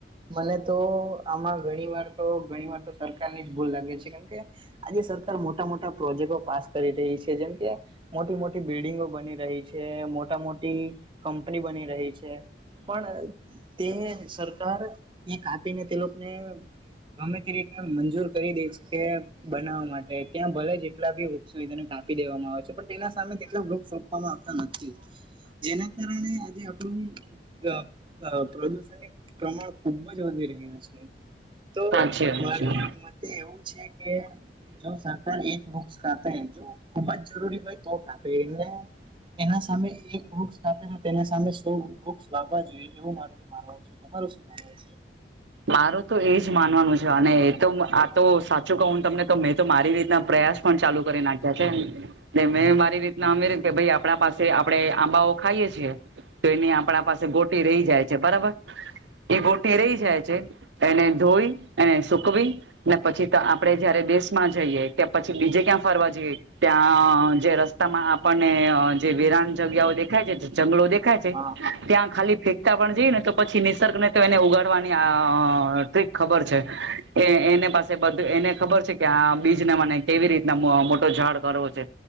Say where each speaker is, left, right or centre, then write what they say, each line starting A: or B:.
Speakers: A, on the right; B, on the right.
A: મને તો આમાં ઘણી વાર તો ઘણી વાર તો સરકારની જ ભૂલ લાગે છે કેમ કે આજે સરકાર મોટા મોટા પ્રોજેક્ટો પાસ કરી રહી છે જેમ કે મોટી મોટી બિલ્ડિંગો બની રહી છે મોટા મોટી કંપની બની રહી છે. તે પણ તે સરકાર એકાપીને તે લોકોને ગમે તે રીતે મંજૂર કરી દઈ છે કે બનાવવા માટે ત્યાં ભલે જેટલા બી સુધાને કાપી દેવામાં આવે છે પણ તેનાં સામે તેટલા વૃક્ષ રોપવામાં આવતા નથી જેના કારણે આ <inaudible> પ્રદુષણ પ્રમાણ ખુબ જ વધી રહ્યું છે. તો
B: સાચી વાત
A: મારે
B: છે.
A: મતે એવું છે કે જો સરકાર એક બુક્સ કાપે જો ખુબ જ જરૂરી હોય તો કાપે એટલે એના સામે એક વૃક્ષ આપે તેના સામે તો વૃક્ષ વાવા જોઈએ એવું મારું તો માનવું છે તમારું શું માનવું છે?
B: મારું તો એજ માનવાનું છે અને એ તો આ તો સા હું તમને મેં તો મારી રીતના પ્રયાસ પણ ચાલુ કરી નાખ્યા છે. મેં મારી રીતના અમેર કે ભાઈ આપણા પાસે આપડણે આંબાઓ ખાઈએ છીએ. તો એની આપણા પાસે ગોટી રહી જાય છે બરાબર એ ગોટી રહી જાય છે એને ધોવી એને સુકવી ને પછી આપડે જયારે દેશમાં જઈએ તે પછી બીજે ક્યાં ફરવા જઈએ ત્યાં જે રસ્તામાં આપણને જે વિરાન જગ્યાઓ દેખાય છે જંગલો દેખાય છે
A: હા
B: ત્યાં ખાલી ફેંકતા પણ જઈ ને તો પછી નિસર્ગ ને તો એને ઉગાડવા ટ <inaudible> ખબર છે એ પાસે બ એને ખબર છે કે આ બીજને મને કેવી રીતના મોટો ઝાડ કરવો છે.